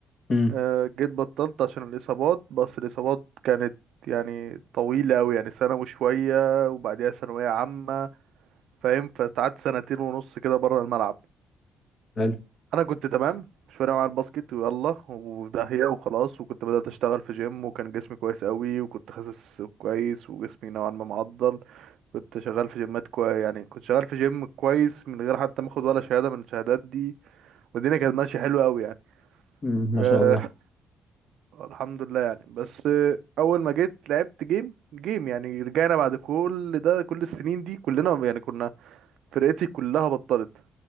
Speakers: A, on the left; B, on the right.
A: امم
B: آه، جيت بطلت عشان الاصابات بس الاصابات كانت يعني طويله قوي يعني سنه وشويه وبعديها ثانويه عامه فاهم فقعدت سنتين ونص كده بره الملعب
A: حلو
B: انا كنت تمام مش فارق معايا الباسكت ويلا وداهيه وخلاص وكنت بدات اشتغل في جيم وكان جسمي كويس قوي وكنت خاسس كويس وجسمي نوعا ما معضل كنت شغال في جيمات كويس يعني كنت شغال في جيم كويس من غير حتى ما اخد ولا شهادة من الشهادات دي والدنيا كانت ماشيه حلوه قوي يعني
A: امم
B: أه
A: ما شاء الله
B: الحمد لله يعني بس آه، اول ما جيت لعبت جيم جيم يعني رجعنا بعد كل ده كل السنين دي كلنا يعني كنا فرقتي كلها بطلت